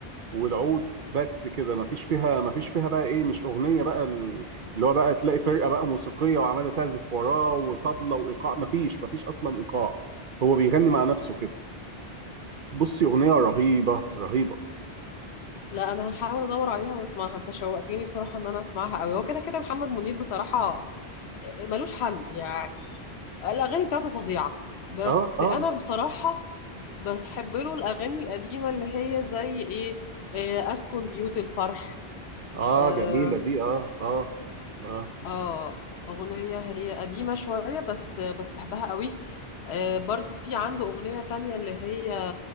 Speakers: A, on the right; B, on the left.
A: والعود بس كده مفيش فيها مفيش فيها بقى ايه مش اغنيه بقى ال- اللي هو بقى تلاقي فرقه بقى موسيقيه وعماله تعزف وراه وطبله وايقاع مفيش مفيش اصلا ايقاع هو بيغني مع نفسه كده بصي اغنيه رهيبه رهيبه
B: لا أنا هحاول أدور عليها وأسمعها أنت شوقتني بصراحة إن أنا أسمعها قوي هو كده كده محمد منير بصراحة آه، ملوش حل يعني الأغاني بتاعته فظيعة بس
A: اه اه
B: أنا بصراحة بحب له الأغاني القديمة اللي هي زي إيه إيه، أسكن بيوت الفرح
A: اه
B: آه,
A: جميله دي اه اه اه
B: آه أغنية هي قديمة شوية بس بس بحبها قوي آه برضو في عنده أغنية تانية اللي هي